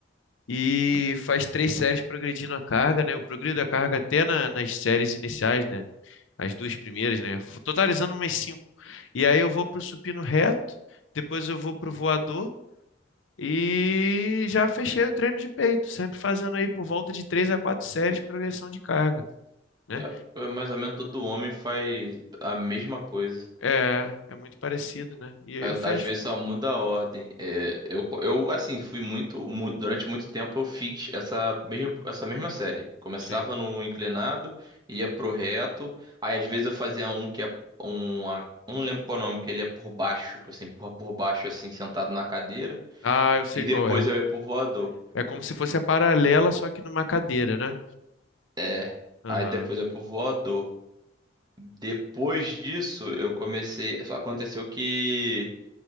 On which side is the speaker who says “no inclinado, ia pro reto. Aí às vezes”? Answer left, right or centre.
Right